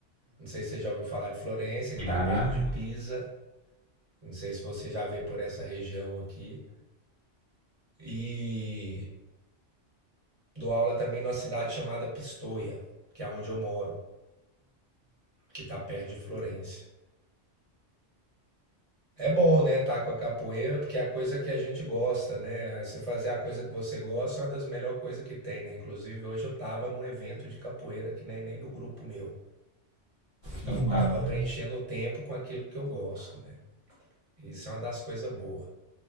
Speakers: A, on the right (about 30°); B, on the left (about 55°).
A: Não sei se você já ouviu falar de Florença, que está
B: já,
A: perto de Pisa. Não sei se você já veio por essa região aqui. E dou aula também numa cidade chamada Pistoia, que é onde eu moro, que está perto de Florença. É bom, né, estar com a capoeira, porque é a coisa que a gente gosta, né? Você fazer a coisa que você gosta é uma das melhores coisas que tem, né? Inclusive, hoje eu estava num evento de capoeira que não é nem do grupo meu. Então,
B: que massa.
A: estava preenchendo o tempo com aquilo que eu gosto, né? Isso é uma das coisas boas.